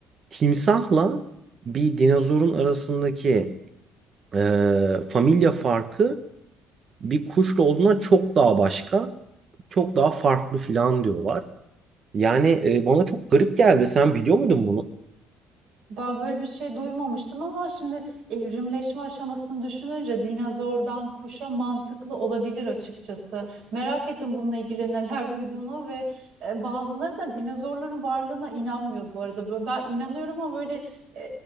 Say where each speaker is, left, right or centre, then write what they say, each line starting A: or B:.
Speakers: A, on the right; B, on the right.
A: timsahla bir dinozorun arasındaki e, familya farkı bir kuşla olduğuna çok daha başka, çok daha farklı filan diyorlar. Yani e, bana çok garip geldi. Sen biliyor muydun bunu?
B: Ben böyle bir şey duymamıştım ama şimdi evrimleşme aşamasını düşününce dinozordan kuşa mantıklı olabilir açıkçası. Merak ettim bununla ilgili neler <laughs> duyduğunu ve e, bazıları da dinozorların varlığına inanmıyor bu arada. Bö- Ben inanıyorum ama böyle e,